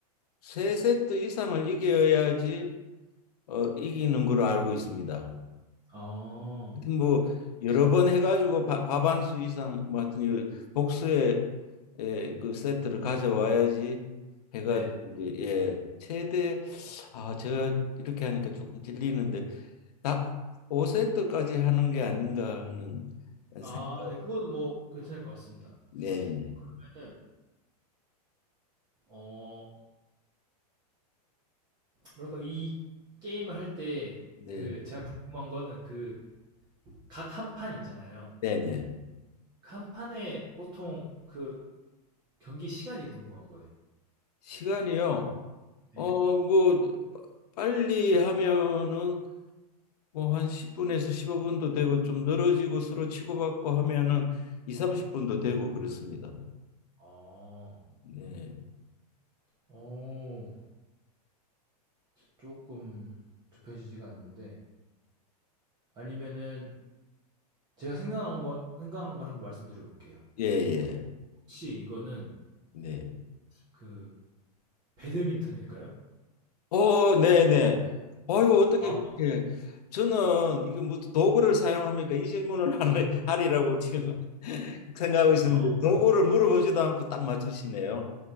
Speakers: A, on the left; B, on the right.
A: 세 세트 이상을 이겨야지 어, 이기는 걸로 알고 있습니다.
B: 아,
A: 하여튼 뭐 여러 번 해가지고 바- 과반수 이상, 뭐 하여튼 여- 복수의 예, 그 세트를 가져와야지 해가지고
B: 네.
A: 이제 예, 최대 아 제가 이렇게 하니까 조금 찔리는데 다 5세트까지 하는 게 아닌가 하는
B: 아,
A: 생각.
B: 네. 그거는 뭐 괜찮을 것 같습니다.
A: 네,
B: 그러면은 어, 뭐랄까 이 게임을 할 때
A: 네,
B: 그 제가 궁금한 거는 그 각 한 판 있잖아요.
A: 네, 네.
B: 그 한 판에 보통 그 경기 시간이 궁금한 거예요.
A: 시간이요.
B: 네.
A: 어, 뭐 빠- 빨리 하면은 뭐 한 10분에서 15분도 되고 좀 늘어지고 서로 치고받고 하면은 2, 30분도 되고 그렇습니다.
B: 어,
A: 네.
B: 어, 조금 좁혀지지가 않는데 아니면은 제가 생각한 거 생각한 걸 한번 말씀드려 볼게요.
A: 예, 예.
B: 혹시 이거는
A: 네.
B: 그 배드민턴일까요?
A: 어, 네, 네. 아유, 어떻게
B: 아.
A: 그렇게 저는 이거 뭐 도구를 사용합니까? 이 질문을 <laughs> 하리- 하리라고 지금 <laughs> 생각하고 있었는데
B: 아.
A: 도구를 물어보지도 않고 딱 맞추시네요.